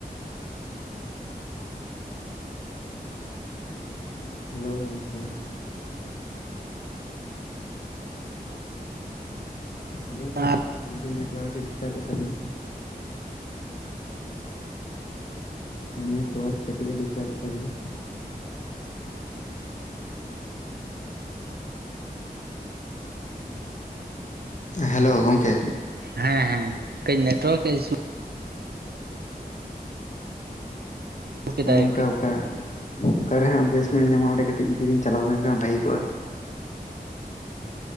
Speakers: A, on the left (about 50°); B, on the right (about 80°).
A: ᱦᱮᱞᱳ ᱜᱚᱢᱠᱮ ᱦᱮᱞᱳ ᱠᱟᱹᱴᱤᱡ
B: ᱟᱨ
A: ᱜᱚᱝᱠᱮ ᱱᱮᱴᱣᱟᱨᱠ ᱰᱤᱥᱴᱟᱵᱮᱫ ᱛᱟᱵᱤᱱᱟ ᱟᱨ ᱱᱮᱴᱣᱟᱨᱠ ᱠᱟᱹᱴᱤᱡ ᱮ ᱰᱤᱥᱴᱟᱵ ᱮᱜ ᱛᱟᱵᱤᱱᱟ ᱦᱮᱞᱳ ᱜᱚᱢᱠᱮ
B: ᱦᱮᱸ ᱦᱮ ᱠᱟᱹᱴᱤᱡ ᱱᱮᱴᱣᱟᱨᱠ ᱤᱥᱩ ᱠᱮᱫᱟᱭ
A: ᱦᱮᱸ ᱜᱚᱝᱠᱮ ᱚᱠᱟ ᱚᱠᱟ ᱨᱮ ᱦᱟᱸᱜ ᱵᱮᱥ ᱧᱚᱜ ᱧᱟᱢᱟ ᱚᱸᱰᱮ ᱠᱟᱹᱴᱤᱡ ᱡᱩᱫᱤ ᱵᱤᱱ ᱪᱟᱞᱟᱣ ᱞᱮᱱᱠᱷᱟᱱ ᱵᱷᱟᱹᱜᱤ ᱠᱚᱜ-ᱟ